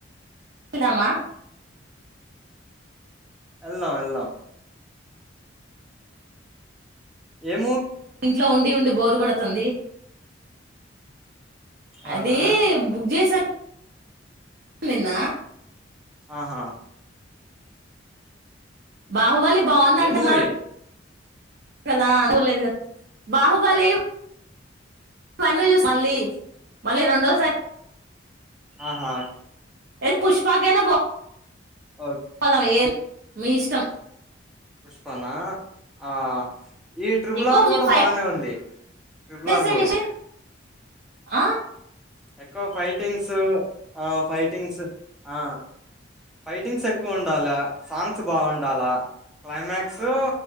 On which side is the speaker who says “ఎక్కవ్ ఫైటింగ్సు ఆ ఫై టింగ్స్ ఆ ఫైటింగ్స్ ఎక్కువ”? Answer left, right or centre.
Centre